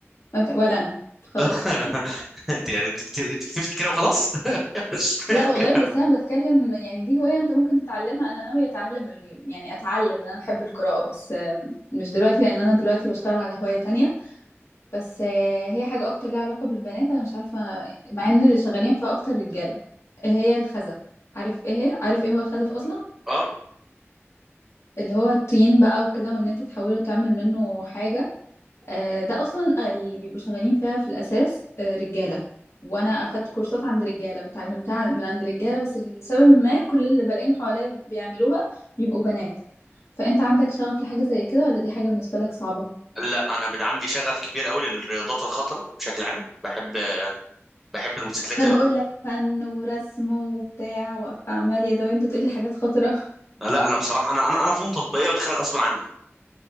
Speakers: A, on the left (about 70°); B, in the centre.
A: ما بت... ولا انا خلاص
B: <laughs> انت يعني انت كتب- انت كتبت كده وخلاص <laughs>
A: لا والله بس انا بتكلم يعني دي هواية انت ممكن تتعلمها انا ناوية اتعلم ال... يعني اتعلم ان انا احب القراءة بس آم، مش دلوقتي لان انا دلوقتي بشتغل على هواية تانية بس آه، هي حاجة اكتر لها علاقة بالبنات انا مش عارفة مع ان اللي شغالين فيها اكتر رجالة إيه هي الخزف عارف ايه هي؟ عارف ايه هو الخزف اصلا
B: اه
A: اللي هو الطين بقى وكده وان انت تحوله تعمل منه حاجة آه، ده اصلا اللي بيبقوا شغالين فيها في الاساس آه، رجاله وانا اخدت كورسات عند رجاله وتعلمتها من عند رجاله بس لسبب ما كل اللي بلاقيهم حواليا بيعملوها بيبقوا بنات فانت عندك شغف لحاجه زي كده ولا دي حاجه بالنسبه لك صعبه
B: لا انا من عندي شغف كبير قوي للرياضات الخطره بشكل عام بحب بحب الموتوسيكلات
A: انا
B: قوي
A: بقول لك فن ورسم وبتاع واعمال يدويه انت تقول لي حاجات خطره <laughs>
B: لا انا بصراحه انا انا انا فنون تطبيقيه وداخلها غصب عني